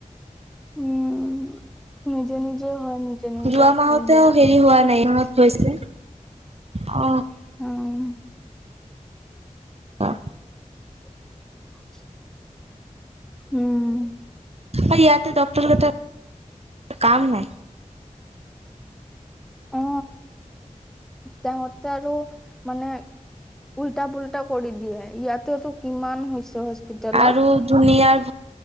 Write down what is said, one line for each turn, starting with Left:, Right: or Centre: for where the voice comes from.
Centre: উম, নিজে, নিজে হয় নিজে, নিজে
Right: যোৱা
Centre: আকৌ
Right: মাহতেও
Centre: বেয়া হৈ
Right: হেৰি
Centre: যায়।
Right: হোৱা নাই মাহত হৈছে। অ
Centre: উম
Right: <unintelligible>
Centre: <unintelligible> উম।
Right: <unintelligible> ইয়াতে ডক্টৰকেইটাক কাম নাই।
Centre: অ, তেওঁহতে আৰু মানে উল্টা, পুল্টা কৰি দিয়ে, ইয়াতে টো কিমান হৈছে। হস্পিতেলত
Right: আৰু দুুনিয়াৰ